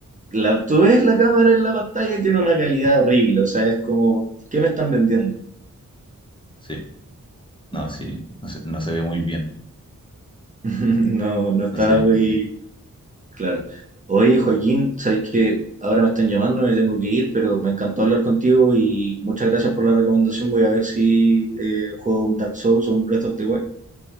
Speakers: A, on the right (about 25°); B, on the left (about 15°).
A: la, tú ves la cámara en la pantalla y tiene una calidad horrible. O sea, es como, ¿qué me están vendiendo?
B: sí. No, sí, no se, no se ve muy bien.
A: <laughs> No, no está
B: No se ve
A: muy,
B: muy bien.
A: Claro. Oye, Joaquín, sabes que ahora me están llamando, me tengo que ir, pero me encantó hablar contigo y muchas gracias por la recomendación. Voy a ver si eh, juego un Dark Souls o un Breath of the Wild